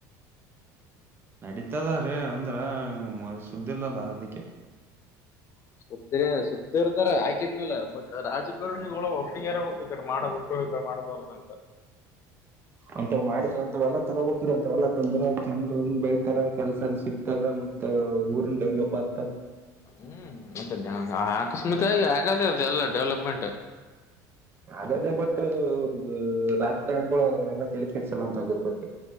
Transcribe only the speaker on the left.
<unintelligible> ಸುದ್ದಿ ಇರ್ತಾರ ಆಕಿದ್ಮೇಲ ಬಟ್ ರಾಜಕಾರಣಿಗಳು ಒಟ್ಟಿಗಿರಬೇಕು ಈ ಕಡೆ ಮಾಡ <unintelligible> <unintelligible> ಮಾಡಬಾರದು ಅಂತ
ಹ್ಮ್ ಮತ್ತೆ ಆಕಸ್ಮಿಕ ಆಗ ಆಗಾದೇ ಅದೆ ಎಲ್ಲ ಡೆವಲಪ್ಮೆಂಟ್